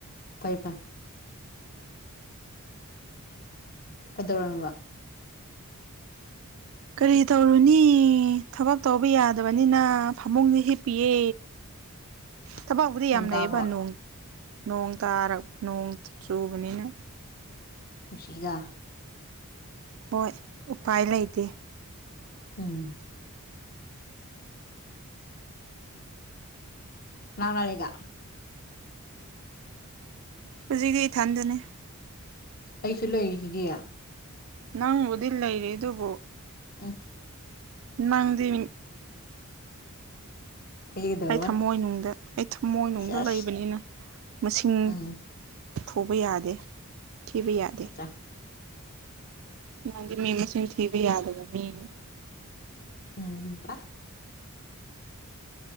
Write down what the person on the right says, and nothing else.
ꯀꯔꯤ ꯇꯧꯔꯨꯅꯤ ꯊꯕꯛ ꯇꯧꯕ ꯌꯥꯗꯕꯅꯤꯅ ꯐꯃꯨꯡꯗ ꯍꯤꯞꯄꯤꯌꯦ
ꯊꯕꯛꯕꯨꯗꯤ
ꯌꯥꯝ ꯂꯩꯌꯦꯕ
ꯅꯣꯡ ꯅꫭꯡ ꯇꯥꯔꯛ ꯅꯣꯡ ꯆꯨꯕꯅꯤꯅ
ꯍꯣꯏ ꯎꯄꯥꯏ ꯂꯩꯇꯦ
ꯍꯧꯖꯤꯛꯇꯤ ꯏꯊꯟꯗꯅꯦ
ꯅꯪꯕꯨꯗꯤ ꯂꯩꯔꯤ ꯑꯗꯨꯕꯨ
ꯅꯪꯗꯤ
ꯑꯩ ꯊꯝꯃꯣꯏꯅꯨꯡꯗ ꯑꯩ ꯊꯝꯃꯣꯏꯅꯨꯡꯗ
ꯂꯩꯕꯅꯤꯅ ꯃꯁꯤꯡ
ꯊꯨꯕ ꯌꯥꯗꯦ ꯊꯤꯕ ꯌꯥꯗꯦ
ꯅꯪꯗꯤ ꯃꯤ ꯃꯆꯤꯟ ꯊꯤꯕ ꯌꯥꯗꯕ ꯃꯤꯅꯤ